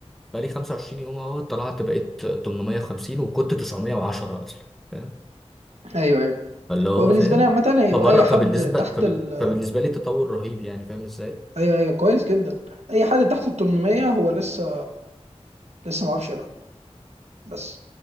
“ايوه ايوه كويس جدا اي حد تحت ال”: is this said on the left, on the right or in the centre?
Right